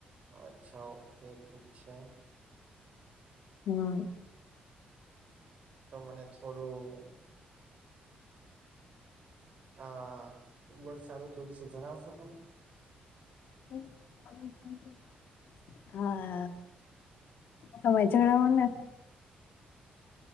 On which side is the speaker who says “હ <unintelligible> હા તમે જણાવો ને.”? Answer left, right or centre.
Left